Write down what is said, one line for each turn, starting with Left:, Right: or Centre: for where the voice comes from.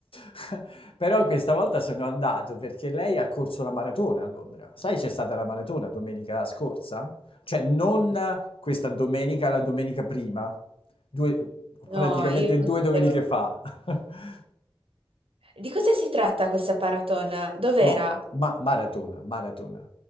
Left: <laughs> Però questa volta sono andato perché lei ha corso la maratona a Londra. Sai, c'è stata la maratona domenica scorsa? Cioè, non questa domenica, la domenica prima, Due- praticamente
Right: No, io non
Left: due
Right: sapevo.
Left: domeniche fa. <laughs>
Right: Di cosa si tratta questa maratona? Dov'era?
Left: No, ma maratona, maratona.